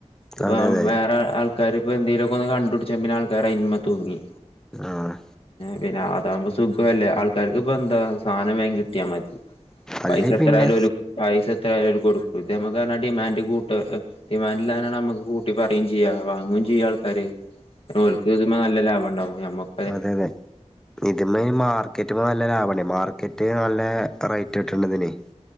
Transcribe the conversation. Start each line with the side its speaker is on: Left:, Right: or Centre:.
Left: ഇപ്പം
Centre: അതെ അതെ
Left: വേറെ ആൾക്കാർ ഇപ്പം എന്തേലൊക്കൊന്ന് കണ്ടുപിട്ച്ചാ പിന്നെ ആൾക്കാര് അയിമ്മ തൂങ്ങി.
Centre: ആഹ്
Left: പിന്നെ അതാവുമ്പോ സുഖോല്ലേ ആൾക്കാർക്ക് ഇപ്പന്താ സാനം വേം കിട്ടിയാമതി.
Centre: അല്ലേ
Left: പൈസ എത്രായാലും
Centre: പിന്നെ
Left: ഓല് പൈസ എത്രയാലും കൊടുക്കും ഇത് ഞമ്മക്കർഞ്ഞാ ഡിമാൻഡ് കൂട്ട ഡിമാന്റ്ള്ളാണെ ഞമ്മക്ക് കൂട്ടി പറീം ചെയ്യ, അത് വാങ്ങും ചെയ്യും ആൾക്കാര്. ഓൽക്ക് ഇതിമ്മെ നല്ല ലാഭണ്ടാവും ഞമ്മക്ക്
Centre: അതെതെ ഇതിമ്മെ ഇമാർക്കറ്റിമ്മെ നല്ല ലാഭണ്ടേ മാർക്കറ്റ് നല്ല റേറ്റ് ട്ട്ണ്ട് ഇതിനെ